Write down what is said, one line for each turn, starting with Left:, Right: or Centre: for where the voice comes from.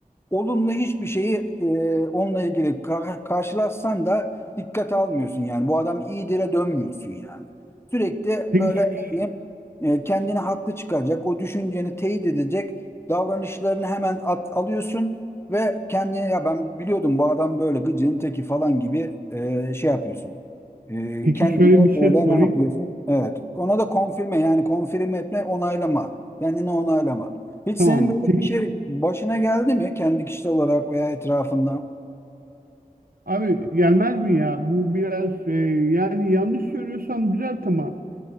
Left: olumlu hiçbir şeyi e, onunla ilgili ka- karşılaşsan da dikkate almıyorsun yani. Bu adam iyidire dönmüyorsun yani. Sürekli
Right: Peki
Left: böyle ne diyeyim
Right: ş-
Left: e, kendini haklı çıkaracak, o düşünceni teyit edecek davranışlarını hemen at, alıyorsun ve kendine ya ben biliyordum bu adam böyle gıcığın teki falan gibi e, şey yapıyorsun. E,
Right: peki
Left: kendine
Right: şöyle bir şey
Left: böyle
Right: sorayım.
Left: ne yapıyorsun? Evet. Ona da konfirme yani konfirme etme onaylama. Kendini onaylama. Hiç
Right: Tamam.
Left: senin böyle
Right: Peki
Left: bir şey
Right: ş-
Left: başına geldi mi kendi kişisel olarak veya etrafında?
Right: abi gelmez mi ya? Bu biraz e, yani yanlış söylüyorsam düzelt ama